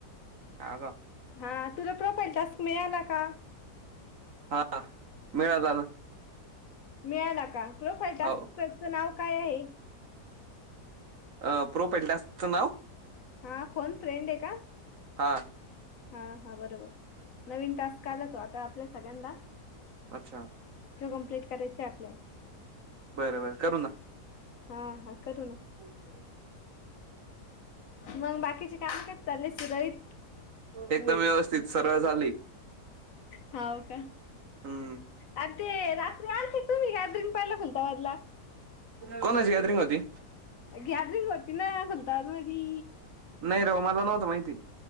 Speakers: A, on the right; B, on the left.
A: हा का
B: हा तुला प्रॉपईल टास्क मिळाला का?
A: हा. मिळाला ना.
B: मिळाला का, प्रोफाइल टास्कच
A: हो
B: नाव काय आहे?
A: अ प्रोफाईल टास्कच नाव?
B: हा फोन फ्रेंड ए का?
A: हा.
B: हा हा बरोबर नवीन टास्क आला तो आता आपल्या सगळ्यांना-
A: अच्छा.
B: ते कंम्प्लिट करायचय आपल्याला.
A: बर, बर करू ना.
B: हा हा करू ना.
A: <inaudible>
B: मग बाकीचे काम काय चालले सुरळीत?
A: एकदम व्यवस्थित <unintelligible>
B: हाव का?
A: हम्म
B: आणि ते रात्री आलते. तुम्ही गॅदरींग पाहल खुलताबादला.
A: कोणाची गॅदरिंग होती?
B: गॅदरींग होती ना, खुलताबाद मधी.
A: नाही राव मला नव्हतं माहिती.